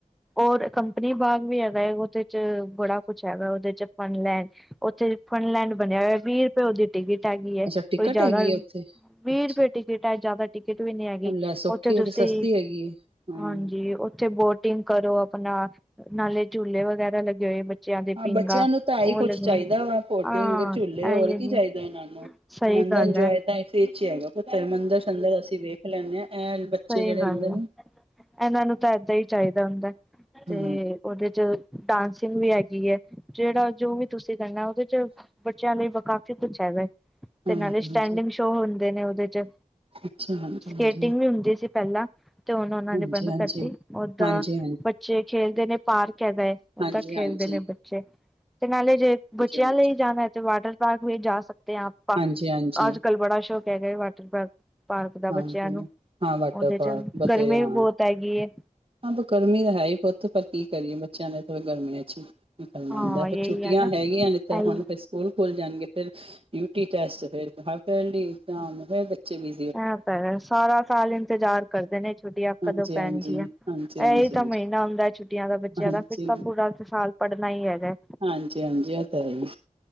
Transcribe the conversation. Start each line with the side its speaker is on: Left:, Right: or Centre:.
Centre: ਔਰ ਕੰਪਨੀ ਬਾਗ ਵੀ ਹੈਗਾ ਏ ਓਦੇ -ਚ ਬੜਾ ਕੁਛ ਹੈਗਾ ਉਹਦੇ 'ਚ ਫਨਲੈਂਡ ਉੱਥੇ ਫਨਲੈਂਡ ਬਣਿਆ ਹੋਇਆ ਵੀਹ ਰੁਪਏ ਉਹਦੀ ਟਿਕਟ ਹੈਗੀ ਹੈ।
Right: ਅੱਛਾ
Centre: ਕੋਈ
Right: ਟਿਕਟ
Centre: ਜਾਦਾ
Right: ਹੈਗੀ ਆ ਉੱਥੇ
Centre: ਵੀਹ
Right: ਅੱਛਾ
Centre: ਰੁਪਏ ਟਿਕਟ ਐ ਜਾਦਾ ਟਿਕਟ ਵੀ ਨੀ ਹੈਗੀ
Right: ਲੈ ਸੌਖੀ
Centre: ਓਥੇ ਤੁਸੀਂ
Right: ਹੈ ਤੇ ਸਸਤੀ ਹੈਗੀ ਹੈ ਹਮ
Centre: ਹਾਂਜੀ ਉਥੇ ਬੋਟਿੰਗ ਕਰੋ ਆਪਣਾ ਨਾਲੇ ਝੂਲੇ ਵਗੈਰਾ ਲੱਗੇ ਹੋਏ ਬੱਚ ਬੱਚਿਆਂ ਦੇ
Right: ਹਾਂ
Centre: ਪੀਘਾਂ
Right: ਬੱਚਿਆਂ ਨੂੰ ਤਾਂ ਹੀ
Centre: ਉਹ
Right: ਕੁਛ
Centre: ਲਗਿਆ
Right: ਚਾਹੀਦਾ ਵਾ ਕੋਟਿੰਗ
Centre: ਹਾਂ
Right: ਝੂਲੇ ਹੋਰ
Centre: ਇਹੀ ਹੈਗੀਆਂ।
Right: ਕੀ ਚਾਹੀਦਾ ਇਹਨਾਂ ਨੂੰ
Centre: ਸਹੀ
Right: ਇਹਨਾਂ
Centre: ਗੱਲ
Right: ਦਾ ਇੰਜੋਏ
Centre: ਐ।
Right: ਤਾਂ ਏਸੇ ਵਿੱਚ ਈ ਹੈਗਾ ਪਤਾ ਮੰਦਰ ਸੰਦਰ ਅਸੀਂ ਵੇਖ ਲੈਂਨੇ ਆ ਐ ਬੱਚੇ
Centre: ਸਹੀ
Right: ਜਿਹੜੇ
Centre: ਗੱਲ
Right: ਹੁੰਦੇ ਨੇ।
Centre: ਹੈ ਇਹਨਾਂ ਨੂੰ ਤਾਂ ਏਦਾਂ ਈ ਚਾਹੀਦਾ ਹੁੰਦਾ। ਤੇ
Right: ਹੂੰ
Centre: ਉਹਦੇ 'ਚ ਡਾਂਸਿੰਗ ਵੀ ਹੈਗੀ ਹੈ ਜਿਹੜਾ ਜੋ ਵੀ ਤੁਸੀਂ ਕਰਨਾ ਉਹਦੇ 'ਚ ਬੱਚਿਆਂ ਲਈ ਵ ਕਾਫ਼ੀ ਕੁਛ ਹੈਗਾ ਤੇ
Right: ਹਾਂਜੀ
Centre: ਨਾਲੇ ਸਟੈਂਡਿੰਗ
Right: ਹਾਂਜੀ
Centre: ਸ਼ੋਅ ਹੁੰਦੇ ਨੇ ਉਹਦੇ 'ਚ
Right: ਅੱਛਾ ਹਾਂਜੀ
Centre: ਸਕੇਟਿੰਗ ਵੀ ਹੁੰਦੀ ਸੀ ਪਹਿਲਾਂ ਤੇ ਹੁਨ ਉਹਨਾਂ
Right: ਹਾਂਜੀ
Centre: ਨੇ ਬੰਦ ਕਰਤੀ ਓਦਾਂ
Right: ਹਾਂਜੀ
Centre: ਬੱਚੇ ਖੇਲਦੇ ਨੇ ਪਾਰਕ ਹੈਗਾ ਐ
Right: ਹਾਂਜੀ
Centre: ਓਦਾਂ ਖੇਲਦੇ
Right: ਹਾਂਜੀ ਹਾਂਜੀ ਹਾਂਜੀ
Centre: ਨੇ ਬੱਚੇ ਤੇ ਨਾਲੇ ਜੇ ਬੱਚਿਆ
Right: ਹਾਂਜੀ
Centre: ਲਈ ਜਾਣਾ ਹੈ ਤੇ ਵਾਟਰ ਪਾਰਕ ਵੀ ਜਾ ਸਕਦੇ ਹ ਆਪਾਂ
Right: ਹਾਂਜੀ ਹਾਂਜੀ
Centre: ਅੱਜ
Right: ਹਾਂਜੀ
Centre: ਕੱਲ ਬੜਾ ਸ਼ੌਕ ਹੈਗਾ ਵਾਟਰ ਪਾਰਕ ਪਾਰਕ ਦਾ
Right: ਹਾਂਜੀ
Centre: ਬੱਚਿਆਂ ਨੂੰ
Right: ਹਾਂ ਵਾਟਰ
Centre: ਉਹਦੇ
Right: ਪਾਰਕ
Centre: ਚ
Right: ਬਥੇਰੇ
Centre: ਗਰਮੀ
Right: ਆ
Centre: ਵੀ ਬਹੁਤ ਹੈਗੀ ਹੈ
Right: ਹਾਂ ਗਰਮੀ ਤਾਂ ਹੈ ਈ ਪੁੱਤ ਪਰ ਕੀ ਕਰੀਏ ਬੱਚਿਆਂ ਨੇ ਗਰਮੀਆਂ 'ਚ ਈ ਨਿਕਲਣਾ
Centre: ਹਾਂ
Right: ਹੁੰਦਾ ਫੇਰ
Centre: ਯਹੀ
Right: ਛੁੱਟੀਆਂ
Centre: ਹੈ ਨਾ
Right: ਹੈਗੀਆਂ ਨੇ ਤਾਂ
Centre: ਇਹੀ
Right: ਹੁਣ ਫ ਸਕੂਲ ਖੋਲ ਜਾਣਗੇ ਫਿਰ ਯੂ ਟੀ ਟੈਸਟ ਫਿਰ ਆਫ਼ ਯੈਰਲੀ ਇਗਜਾਮ ਫਿਰ ਬੱਚੇ ਵੀ
Centre: ਐ ਤਾ ਹੈਗਾ ਸਾਰਾ ਸਾਲ ਇੰਤਜ਼ਾਰ ਕਰਦੇ ਨੇ ਛੁੱਟੀਆਂ ਕਦੋਂ
Right: ਹਾਂਜੀ
Centre: ਪੈਣਗੀਆਂ।
Right: ਹਾਂਜੀ ਹਾਂਜੀ ਹਾਂਜੀ
Centre: ਐਈ ਤਾਂ
Right: ਹਾਂਜੀ
Centre: ਮਹੀਨਾ ਹੁੰਦਾ ਛੁੱਟੀਆਂ ਦਾ ਬੱਚਿਆਂ
Right: ਹਾਂਜੀ
Centre: ਦਾ ਫਿਰ ਤਾਂ ਪੂਰਾ ਸਾਲ ਪੜ੍ਹਨਾ ਹੀ ਹੈਗਾ।
Right: ਹਾਂਜੀ-ਹਾਂਜੀ ਐ ਤਾਂ ਹੈ ਈ।